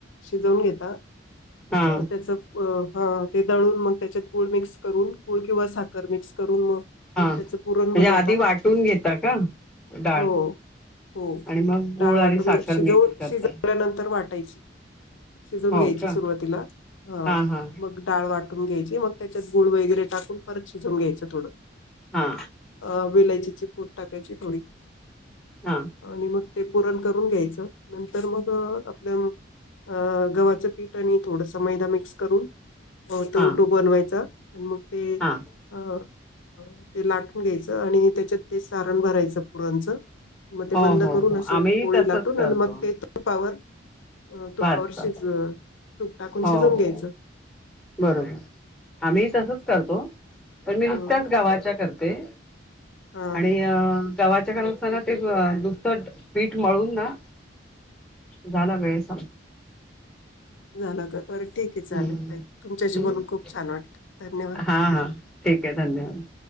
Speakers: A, on the left; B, in the centre.
A: शिजवून घेता.
B: हा
A: मग त्याचं अ हा ते दळून, मग त्याच्यात गूळ मिक्स करून, गूळ किंवा साखर मिक्स करून म
B: हा म्हणजे
A: त्याच पुरण बनवता,
B: आधी वाटून घेता का डाळ
A: हो. हो
B: आणि मग गुळ
A: डाळ
B: आणि
A: वाटून
B: साखर
A: घेत शिजवून
B: मिक्स करतात
A: शिजल्यानंतर, वाटायची शिजवून
B: हो
A: घ्यायची
B: का
A: सुरुवातीला, ह.
B: हा हा
A: मग डाळ वाटून घ्यायची, मग त्याच्यात गुळ वगैरे टाकून, परत शिजवून घ्यायचं थोडं.
B: हा.
A: अ विेलायचीची पूट टाकायची थोडी.
B: हा.
A: आणि मग ते पुूरण करून घ्यायचं नंतर मग आपल्या अ गव्हाचं पीठ आणि थोडस मैदा मिक्स करून, तरडू
B: हा
A: बनवायचा आणि मग ते
B: हा
A: अ ते लाटून घ्यायचं, आणि त्याच्यात ते सारण भरायचं, पुरणचं, मग ते
B: हो
A: बंद
B: हो
A: करून
B: हो
A: अस
B: आम्ही
A: पोळी
B: तसच
A: लाटून
B: करतो
A: आण मग ते तूपावर. अ तुपावर
B: भाजतात.
A: शिज, तूप टाकून
B: हो
A: शिजून
B: हो
A: घ्यायचं.
B: बरोबर, आम्ही तसच करतो पण मी नुसत्याच
A: ह
B: गावाच्या करते.
A: हा
B: आणि अ गव्हाच्या करत असताना ते नुसतं पीठ मळून ना, झाला वेळेस ह.
A: झाला का? बरं ठीके चालेल,
B: हम्म
A: ताई तुमच्याशी
B: हम्म
A: बोलून खूप छान वाटतं धन्यवाद.
B: हा हा. ठीके, धन्यवाद.